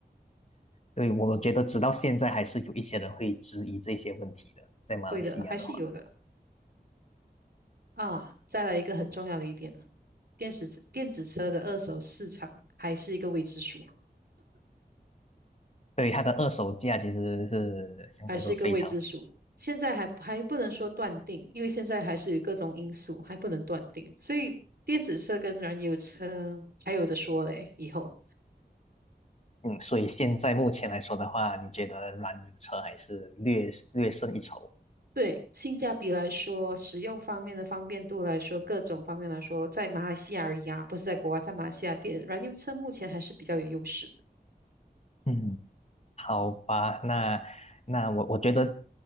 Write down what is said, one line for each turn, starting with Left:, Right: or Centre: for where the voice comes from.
Left: 对，我觉得直到现在还是有一些人会质疑这些问题的，在马来西亚的话。
Right: 会的，还是有的啊。再来一个很重要的一点呢，电子电子车的二手市场还是一个未知数。
Left: 对，它的二手价其实是相对来说非常
Right: 还是个未知数。现在还还不能说断定，因为现在还是各种因素，还不能断定。所以电子车跟燃油车还有的说嘞，以后。
Left: 嗯，所以现在目前来说的话，你觉得燃油车还是略略胜一筹？
Right: 对，性价比来说，使用方面的方便度来说，各种方面来说，在马来西亚而已啊，不是在国外，在马来西亚电燃油车目前还是比较有优势的
Left: 嗯好吧，那那我我觉得，